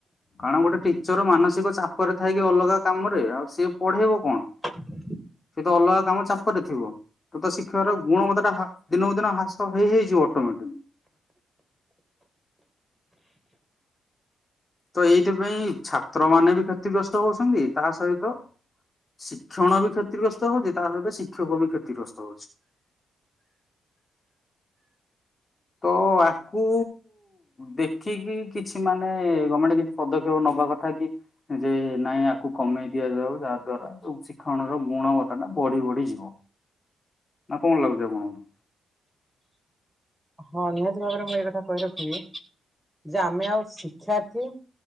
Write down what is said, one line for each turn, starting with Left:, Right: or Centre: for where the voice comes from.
Left: କାରଣ ଗୋଟେ ଟିଚର ମାନସିକ ଚାପରେ ଥାଇ କିି ଅଲଗା କାମରେ ଆଉ ସିଏ ପଢେଇବ କଣ?
Centre: ହୁଁ।
Left: ସେ ତ ଅଲଗା କାମରେ ଚା କରୁଥିବ ତଥା ଶିକ୍ଷାର ଗୁଣବତ୍ତା ଟା ହା ଦିନକୁ ଦିନ ହ୍ରାସ ହେଇ ହେଇ ଯିବ ଅଟୋମେଟିକ୍। ତ ଏଇଥିପାଇଁ ଛାତ୍ର ମାନେ ବି କ୍ଷତିଗ୍ରସ୍ତ ହଉଛନ୍ତି ତାହା ସହିତ ଶିକ୍ଷଣ ବି କ୍ଷତିଗ୍ରସ୍ତ ହଉଛି ତା ସହିତ ଶିକ୍ଷକ ବି କ୍ଷତିଗ୍ରସ୍ତ ହଉଛି। ତ ଆକୁ ଦେଖିକି କିଛି ମାନେ ଗଭର୍ମେଣ୍ଟ କିଛି ପଦକ୍ଷେପ ନବା କଥା କି ଯେ ନାଇଁ ଆକୁ କମେଇ ଦିଆଯାଉ ଯାହା ଦ୍ଵାରା ସବୁ କିଛି ଶିକ୍ଷଣର ଗୁଣବତ୍ତା ଟା ବଢି ବଢି ଯିବ ନାଁ କଣ ଲାଗୁଛି ଆପଣଙ୍କୁ?
Centre: ହଁ ନିହାତି ଭାବରେ ମୁଁ ଏ କଥା କହି ରଖିବି ଯେ ଆମେ ଆଉ ଶିକ୍ଷାର୍ଥୀ